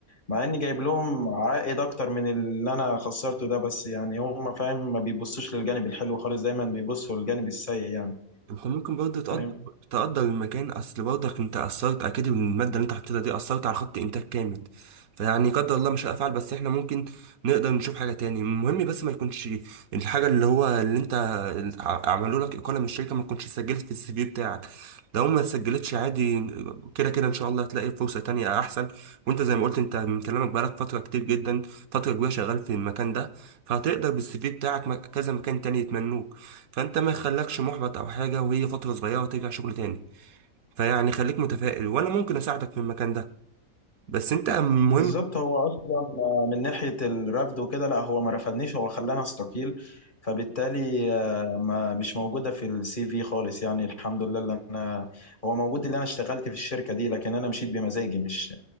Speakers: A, on the left; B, on the right.
A: مع اني جايب لهم عائد اكتر من اللي انا خسرته ده بس يعني هم فاهم ما بيبصوش للجانب الحلو خالص دايما بيبصوا للجانب السيء يعني
B: انت ممكن برضه تقدر
A: فاهم
B: تقدر المكان اصل برضك انت اثرت اكيد من الماده اللي انت حطيتها دي اثرت على خط انتاج كامل فيعني قدر الله مش هفعل بس احنا ممكن نقدر نشوف حاجه تاني المهم بس ما يكونش الحاجه اللي هو اللي انت ع- عملوا لك اقاله من الشركه ما تكونش اتسجلت في السي في بتاعك لو ما اتسجلتش عادي كده كده ان شاء الله هتلاقي فرصه تانية احسن وانت زي ما قلت انت من كلامك بقالك فتره كتير جدا فتره كبيره شغال في المكان ده فهتقدر بالسي في بتاعك م- كذا مكان تاني يتمنوك فانت ما يخلكش محبط او حاجه وهي فتره صغيره وترجع شغل تاني فيعني خليك متفائل وانا ممكن اساعدك في المكان ده بس انت المهم
A: بالظبط هو اصلا من ناحيه الرفض وكده لا هو ما رفضنيش هو خلاني استقيل فبالتالي آه، ما مش موجوده في السي في خالص يعني الحمد لله اللي انا هو موجود اللي انا اشتغلت في الشركه دي لكن انا مشيت بمزاجي مش